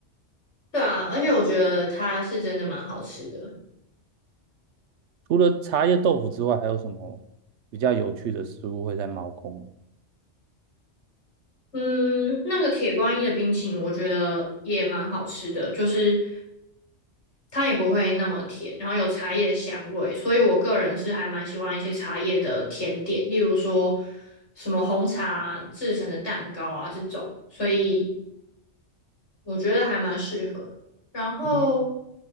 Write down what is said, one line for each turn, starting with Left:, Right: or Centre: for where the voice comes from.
Left: 对啊，而且我觉得它是真的蛮好吃的。
Right: 除了茶叶豆腐之外，还有什么比较有趣的食物会在猫空？
Left: 嗯，那个铁观音的冰淇淋我觉得也蛮好吃的，就是它也不会那么甜，然后有茶叶的香味，所以我个人是还蛮喜欢一些茶叶的甜点，例如说什么红茶制成的蛋糕啊这种，所以我觉得还蛮适合。然后
Right: 嗯，